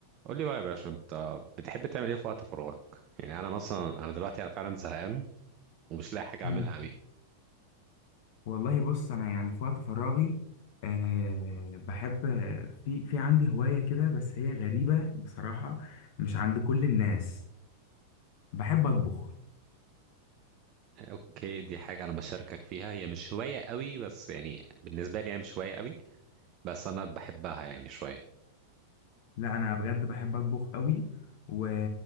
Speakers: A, on the right (about 40°); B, on the left (about 50°).
A: قول لي بقى يا باشا انت بتحب تعمل ايه في وقت فراغك يعني انا مثلا انا دلوقتي انا فعلا زهقان ومش لاقي حاجه
B: مم.
A: اعملها قوي
B: والله بص انا يعني في وقت فراغي أه بحب في في عندي هواية كده بس هي غريبة بصراحة مش عند كل الناس بحب اطبخ
A: اوكي دي حاجه انا بشاركك فيها هي مش هوايه قوي بس يعني بالنسبه لي هي مش هوايه قوي بس انا بحبها يعني شويه
B: لا انا بجد بحب اطبخ قوي و...